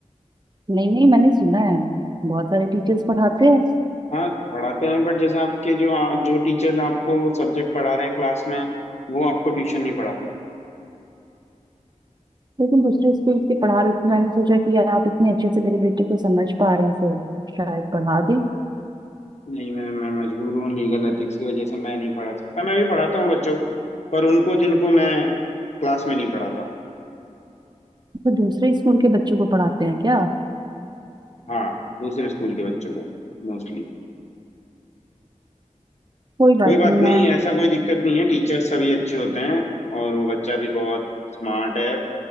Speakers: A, on the right (about 35°); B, on the left (about 60°).
A: नहीं नहीं मैंने सुना है बहुत सारे टीचर्स पढ़ाते हैं
B: हाँ पढ़ाते हैं बट जैसे आपके जो जो टीचर्स आपको सब्जेक्ट पढ़ा रहे हैं क्लास में वो आपको ट्यूशन नहीं पढ़ा सकते
A: लेकिन दूसरे स्कूल के पढ़ा रहे थे मैंने सोचा कि आप इतने अच्छे से मेरे बेटे को समझ पा रहे हैं तो शायद पढ़ा दें
B: नहीं मैं मैं मजबूर हूँ लीगल एथिक्स की वजह से मैं नहीं पढ़ा सकता मैं भी पढ़ाता हूँ बच्चों को पर उनको जिनको मैं क्लास में नहीं पढ़ाता
A: तो दूसरे स्कूल के बच्चों को पढ़ाते हैं क्या
B: हाँ दूसरे स्कूल के बच्चों को मोस्टली
A: कोई बात
B: कोई बात
A: नहीं
B: नहीं
A: मैं
B: ऐसा कोई दिक्कत नहीं है टीचर सभी अच्छे होते हैं और वो बच्चा भी बहुत स्मार्ट है